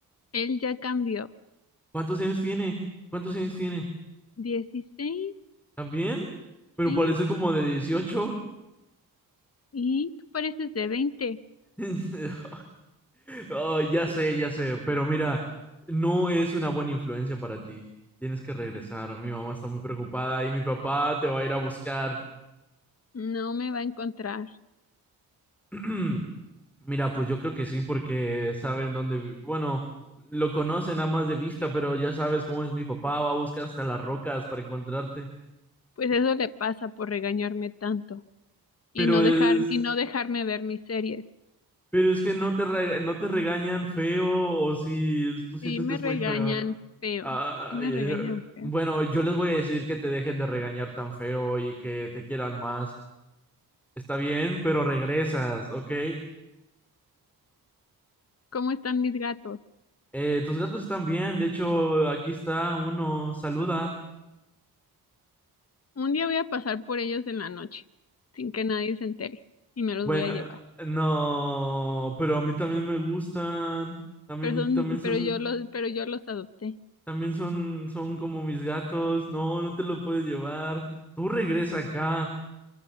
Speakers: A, on the left; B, in the centre.
A: él ya cambió.
B: ¿Cuántos años tiene? ¿Cuántos años tiene?
A: 16,
B: ¿También? Pero
A: sí,
B: parece como de 18.
A: y tú pareces de 20.
B: <laughs> Oh, ya sé, ya sé, pero mira, no es una buena influencia para ti. Tienes que regresar. Mi mamá está muy preocupada y mi papá te va a ir a buscar.
A: No me va a encontrar.
B: <clears throat> Mira, pues yo creo que sí, porque saben dónde, vi- bueno, lo conocen nada más de vista, pero ya sabes cómo es mi papá, va a buscar hasta las rocas para encontrarte.
A: Pues eso le pasa por regañarme tanto. y
B: Pero
A: no
B: es,
A: dejar y no dejarme ver mis series.
B: pero es que no te, re- no te regañan feo o si tú sientes
A: Sí me
B: que es
A: regañan
B: muy feo.
A: feo,
B: Ay,
A: sí me regañan
B: eh,
A: feo.
B: bueno, yo les voy a decir que te dejen de regañar tan feo y que te quieran más. Está bien, pero regresas, ¿ok?
A: ¿Cómo están mis gatos?
B: Eh, tus gatos están bien. De hecho, aquí está uno. Saluda.
A: Un día voy a pasar por ellos en la noche, sin que nadie se entere, y me los
B: Bueno,
A: voy a llevar.
B: no, pero a mí también me gustan. También,
A: Pero son,
B: también son,
A: pero yo los, pero yo los adopté.
B: también son, son como mis gatos. No, no te lo puedes llevar. Tú regresa acá.